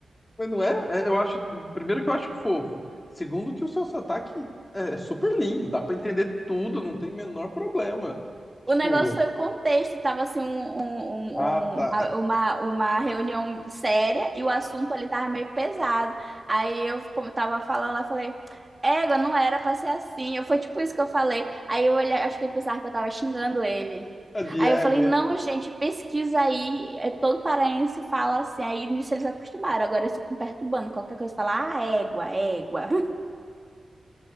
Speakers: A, on the left; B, on the right.
A: Mas não é? é, Eu acho. Primeiro que eu acho fofo. Segundo que o seu sotaque é é super lindo, dá pra entender tudo, não tem menor problema.
B: <laughs>
A: Tipo,
B: o negócio foi o contexto, tava assim um, um-
A: ah, tá.
B: um- uma, uma, uma reunião séria e o assunto ali tava meio pesado. Aí eu, como eu tava falando, eu falei, égua, não era pra ser assim. Eu, foi tipo isso que eu falei. Aí eu olhei, acho que ele pensava que eu tava xingando ele.
A: <laughs> De
B: Aí
A: égua.
B: eu falei, não, gente, pesquisa aí, é, todo paraense fala assim. Aí nisso eles acostumaram, agora eles ficam perturbando, qualquer coisa, fala, ah, égua, égua.